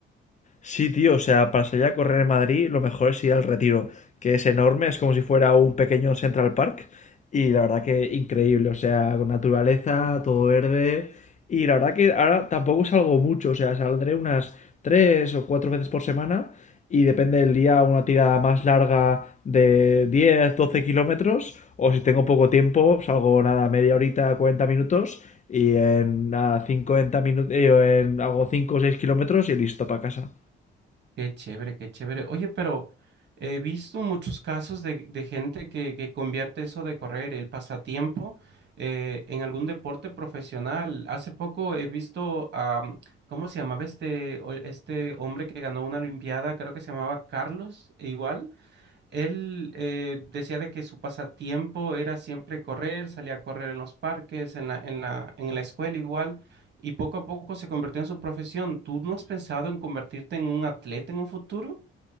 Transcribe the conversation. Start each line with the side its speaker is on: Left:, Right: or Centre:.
Left: Sí, tío, o sea, para salir a correr en Madrid, lo mejor es ir al Retiro, que es enorme, es como si fuera un pequeño Central Park, y la verdad que increíble, o sea, con naturaleza, todo verde, y la verdad que ahora tampoco salgo mucho, o sea, saldré unas tres o cuatro veces por semana, y depende del día, una tirada más larga de 10, 12 kilómetros, o si tengo poco tiempo, salgo nada, media horita, 40 minutos, y en nada, 50 minutos, hago 5 o 6 kilómetros y listo para casa.
Right: Qué chévere, qué chévere. Oye, pero eh, he visto muchos casos de, de gente que, que convierte eso de correr, el pasatiempo, eh, en algún deporte profesional. Hace poco he visto a, ¿cómo se llamaba este, o- este hombre que ganó una olimpiada? Creo que se llamaba Carlos, igual. Él eh, decía de que su pasatiempo era siempre correr, salía a correr en los parques, en la, en la, en la escuela igual, y poco a poco se convirtió en su profesión. ¿Tú no has pensado en convertirte en un atleta en un futuro?